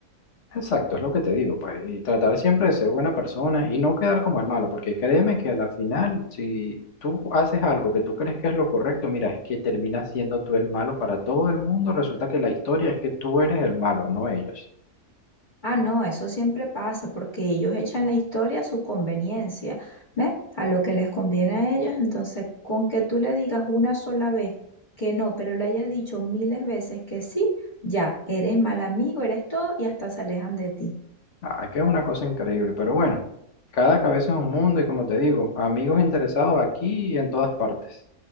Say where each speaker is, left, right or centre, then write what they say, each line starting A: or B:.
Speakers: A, on the left (about 50°); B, on the left (about 30°).
A: Exacto, es lo que te digo, pues, y tratar siempre de ser buena persona y no quedar como el malo, porque créeme que a la final, si tú haces algo que tú crees que es lo correcto, mira, es que terminas siendo tú el malo para todo el mundo, resulta que la historia es que tú eres el malo, no ellos.
B: Ah, no, eso siempre pasa porque ellos echan la historia a su conveniencia, ¿ves? A lo que les conviene a ellos. Entonces, con que tú le digas una sola vez que no, pero le hayas dicho miles veces que sí, ya, eres mal amigo, eres todo y hasta se alejan de ti.
A: Ah, es que es una cosa increíble, pero bueno, cada cabeza es un mundo y como te digo, amigos interesados aquí y en todas partes.